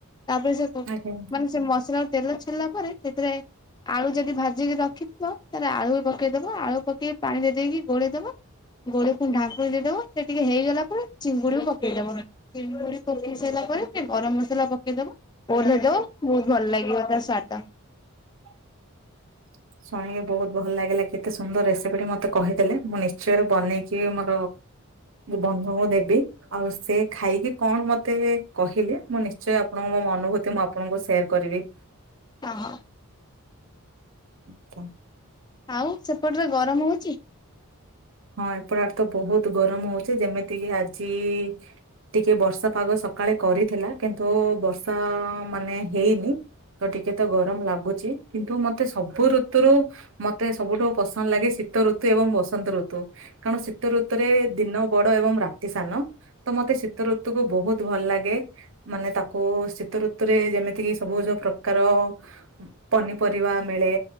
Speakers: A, on the left; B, on the right.
A: ତା ପରେ ସେ କୋ
B: ଆଜ୍ଞା
A: ମାନେ ସେ ମସଲାରୁ ତେଲ ଛାଡିଲା ପରେ ସେଥିରେ ଆଳୁ ଯଦି ଭାଜିକି ରଖିଥିଲ ତାହେଲେ ଆଳୁ ବି ପକେଇଦବ ଆଳୁ ପକେଇ ପାଣିରେ ଦେଇକି ଗୋଳେଇଦବ। ଗୋଳେଇ ଫୁଣି ଢାଙ୍କୁଣି ଦେଇଦବ। ସେ ଟିକେ ହେଇଗଲା ପରେ ଚିଙ୍ଗୁଡି ବି ପକେଇ ଦବ ଚିଙ୍ଗୁଡି ପକେଇ ସାଇଲା ପରେ ଗରମ ମସଲା ପକେଇ ଦବ। ଓଲହେଇ ଦବ ବୋହୁତ ଭଲ ଲାଗିବ ତା ସ୍ୱାଦ।
B: <inaudible> ଶୁଣିକି ବୋହୁତ ଭଲ ଲାଗିଲା କେତେ ସୁନ୍ଦର ରେସିପିଟି ମତେ କହିଦେଲେ ମୁଁ ନିଶ୍ଚୟ ବନେଇକି ଓ ମୋ ବନ୍ ଧୁଙ୍କୁ ଦେବି ଆଉ ସେ ଖାଇକି କଣ ମତେ କହିଲେ ମୁଁ ନିଶ୍ଚୟ ଆପଣଙ୍କୁ ମୋ ଅନୁଭୂତି ଆପଣଙ୍କୁ ସେୟାର କରିବି।
A: ଅହ।
B: ଆଚ୍ଛା
A: ଆଉ ସେପଟରେ ଗରମ ହୋଉଚି?
B: ହଁ ଏପଟ ଆଡେ ତ ବୋହୁତ ଗରମ ହୋଉଚି ଯେମିତିକି ଆଜି ଟିକେ ବର୍ଷା ପାଗ ସକାଳେ କରିଥିଲା କିନ୍ତୁ ବର୍ଷା ମାନେ ହେଇନି। ତ ଟିକେ ତ ଗରମ ଲାଗୁଚ କିନ୍ତୁ ମତେ ସବୁ ଋତୁରୁ ମତେ ସବୁଠୁ ପସନ୍ଦ ଲାଗେ ଶୀ ଶୀତ ଋତୁ ଏବଂ ବସନ୍ତ ଋ ତୁ କାରଣ ଶୀତ ଋତୁରେ ଦିନ ବଡ ଏବଂ ରାତି ସାନ ତ ମତେ ଶୀ ତୁ ଋତୁକୁୁ ବହୁତ ଭଲ ଲାଗେ। ମାନେ ତାକୁ ଶୀତ ଋତୁରେ ଯେମିତିକି ସବୁ ଯୋଉ ପ୍ରକାର ଓ ଉଁ। ପନିପରିବା ମିଳେ